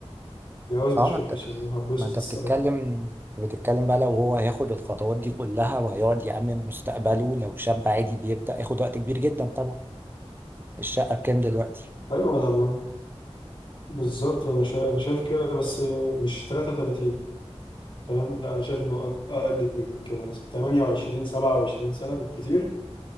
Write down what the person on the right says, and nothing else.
اه ما انت
ما انت
بتتكلم بتتكلم بقى لو هو هياخد الخطوات دي كلها وهيقعد يأمن مستقبله لو شاب عادي بيبدأ ياخد وقت كبير جدا طبعا الشقة بكام دلوقتي